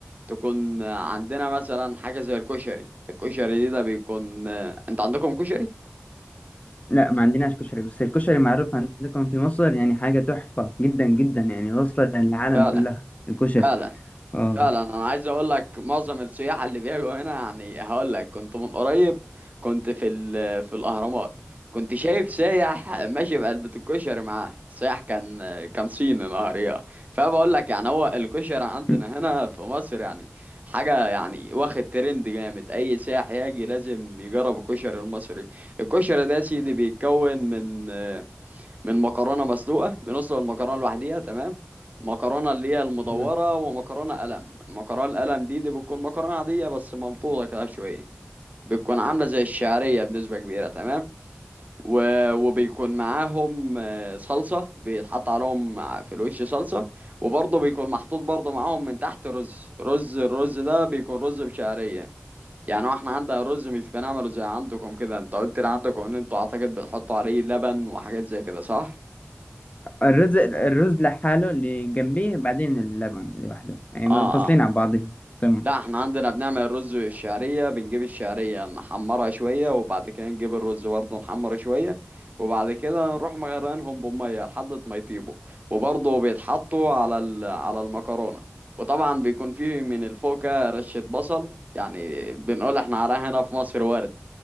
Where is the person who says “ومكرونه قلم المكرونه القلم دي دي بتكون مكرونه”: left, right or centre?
Right